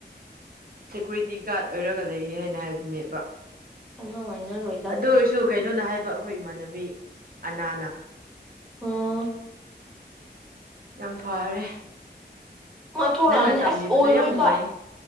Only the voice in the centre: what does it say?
ꯆꯠꯅ ꯋꯥꯏꯅꯔꯣꯏꯗ
ꯑꯝ
ꯃꯥ ꯊꯣꯛꯂꯛꯑꯝꯅꯤ
ꯑꯁ ꯑꯣꯏꯔꯣꯏꯕ